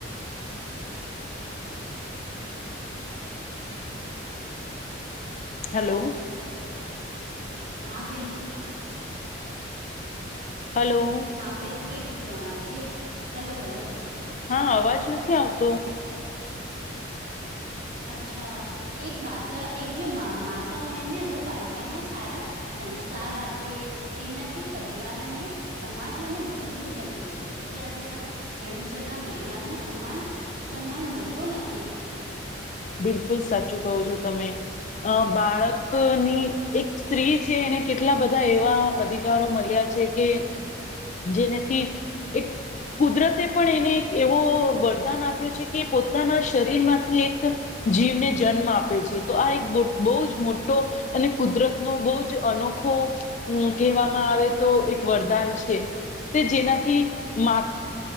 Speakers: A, on the left (about 40°); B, on the right (about 45°).
A: હલો.
B: હા બેન.
A: હલો.
B: હા બેન એક બાય એક હલો હલો.
A: હા અવાજ નથી આવતો
B: અચ્છા એક બાતા એક જો મા માતા હોય ને વો બાલકાને સારા સંસ્કાર આપે એનાથી પરિવાર અને. સમાજ બને મજબૂત બને છે એ જે આજે પણ ઘણી જગા મહિલાઓનો સન્માન. સન્માન મલવો નથી.
A: બિલકુલ સાચું કહો છો તમે અ બાળકની એક. સ્ત્રી છે એને કેટલા બધા એવા અધિકારો મલ્યા છે કે. જેને થી એક. કુદરતે પણ એને એક એવો વરદાન આપ્યો છે કે પોતાના શરીર માંથી એક જીવ ને જન્મ આપે છે તો આ એક બ બહુ જ મોટો અને કુદરતનો બહુ જ અનો ખો કહેવામાં આવે તો એક વરદાન છે તે જેનાથી મા